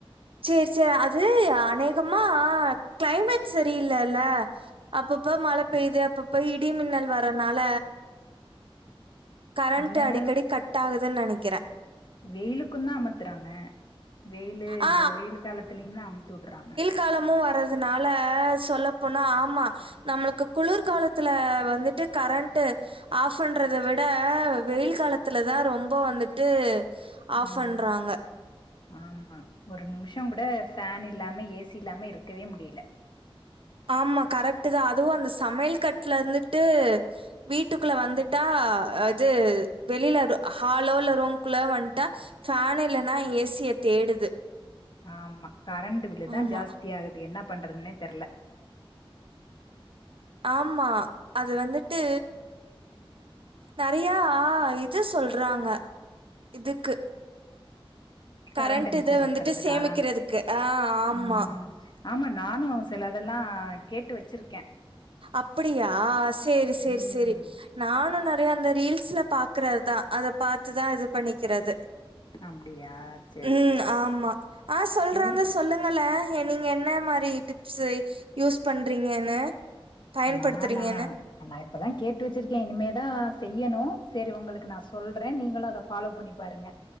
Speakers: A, on the right (about 65°); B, on the left (about 50°).
A: சேரி சேரி அது அநேகமா கிளைமேட் சரியில்லல்ல அப்பப்ப மழ பெயுது அப்பப்ப இடி மின்னல் வரனால கரண்ட்டு
B: இல்லன்னா
A: அடிக்கடி கட் ஆகுதுன்னு நெனைக்கிற
B: வெயிலுக்கும் தா அமத்துறாங்க வெயிலு
A: ஆ
B: இத வெயில் காலத்துலயு தா அமுத்துட்றாங்க
A: காலமு வறதுனால சொல்ல போனா ஆமா நம்மளுக்கு குளிர் காலத்துல வந்துட்டு கரண்ட்டு ஆஃப் பண்றத விட வெயில் காலத்துல தா ரொம்ப வந்துட்டு ஆஃப்
B: ம்
A: பண்றாங்க
B: ஆமா ஒரு நிமிஷம் கூட ஃபேன் இல்லாம ஏசி இல்லாம இருக்கவே முடியில
A: ஆமா கரெட்டு தா அதுவும் அந்த சமையல் கட்ல இருந்துகிட்டு வீட்டுக்குள்ள வந்துட்டா அது வெளில ஹாலோ இல்ல ரூம்குள்ள வண்ட்டா ஃபேன் இல்லன்னா ஏசிய தேடுது
B: ஆமா கரண்ட்டு பில்லு தா
A: ஆமா,
B: ஜாஸ்தியா ஆகுது என்ன பண்றதுன்னே தெர்ல
A: ஆமா அது வந்துட்டு நெறையா இது சொல்றாங்க இதுக்கு கரண்ட்டு
B: கரண்ட்ட மிச்சப்படுத்துறதுக்கா
A: இத வந்துட்டு சேமிக்கிறதுக்கு ஆ ஆமா
B: ம் ஆமா நானும் சில அதெல்லாம் கேட்டு வச்சிருக்கே
A: அப்டியா செரி செரி
B: ம்
A: செரி நானும் நெறையா அந்த ரீல்ஸ்ல பாக்கறதான் அத பாத்துதான் இது பண்ணிக்கிறது
B: அப்டியா சேரி
A: ம்
B: சேரி
A: ஆமா ஆ சொல்றாந்த
B: சேரி
A: சொல்லுங்க ங்கள நீங்க என்ன மாரி டிப்ஸ்சு யூஸ் பண்றீங்கன்னு பயன்படுத்துறீங்கன்னு?
B: நானா நா இப்பதா கேட்டு வச்சிருக்கேன் இனிமேதா செய்யணும் செரி உங்களுக்கு நான் சொல்றன் நீங்களும் அத ஃபாலோ பண்ணி பாருங்க